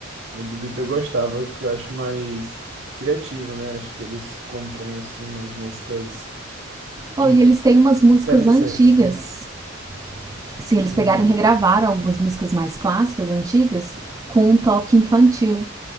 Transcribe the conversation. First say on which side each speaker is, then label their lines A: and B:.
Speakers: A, on the right; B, on the right.
A: Mundo Bita eu gostava, porque eu acho mais criativo, né? Acho que eles compõem, assim, umas músicas
B: Oh,
A: in-
B: e eles têm umas músicas
A: interessantes,
B: antigas.
A: né?
B: Sim, eles
A: Uhum.
B: pegaram e regravaram algumas músicas mais clássicas, antigas, com um toque infantil.